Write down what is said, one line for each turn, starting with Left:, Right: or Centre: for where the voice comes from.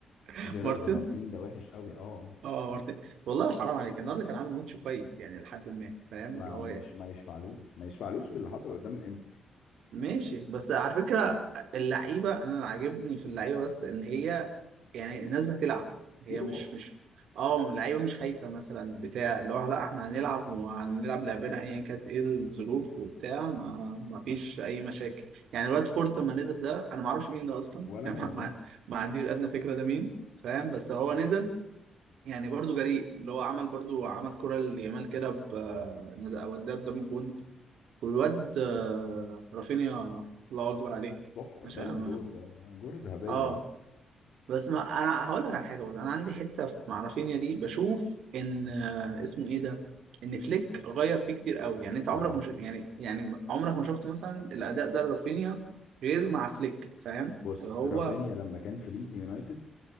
Right: <laughs>
Left: جيرارد
Right: مارتن
Left: مارتين ده وحش قوي اه آه.
Right: اه مارتن والله حرام عليك النهارده كان عامل ماتش كويس يعني لحد ما فاهم
Left: ما
Right: اللي هو
Left: مش ما يشفعلوش ما يشفعلوش باللي حصل قدام الانتر
Right: ماشي بس على فكره اللعيبه انا اللي عاجبني في اللعيبه بس ان هي يعني نازله تلعب
Left: في
Right: هي
Left: روح
Right: مش مش اه اللعيبه مش خايفه مثلا بتاع اللي هو لا احنا هنلعب وهنلعب لعبنا ايا كانت ايه الظروف وبتاع ما... ما فيش اي مشاكل يعني الواد فورت لما نزل ده انا ما اعرفش مين ده اصلا
Left: ولا
Right: <laughs> يعني
Left: انا والله
Right: ما... ما... ما عنديش ادنى فكره ده مين فاهم بس هو نزل يعني برضو جريء اللي هو عمل برضو عمل كرة ليامال كده ب الواد ده قدام الجون والواد آه، رافينيا الله أكبر عليه
Left: تحفه
Right: مش
Left: بالون
Right: عم-
Left: دور ده ده جوره ذهبيه
Right: اه
Left: ده
Right: بس ما انا هقول لك على حاجه برضه انا عندي حته في- مع رافينيا دي بشوف ان آه، اسمه ايه ده ان فليك غير فيه كتير قوي يعني انت عمرك
Left: طبعا
Right: مش يعني يعني عمرك ما شفت مثلا الاداء ده لرافينيا غير مع فليك فاهم
Left: بص
Right: اللي هو
Left: رافينيا لما كان في ليدز يونايتد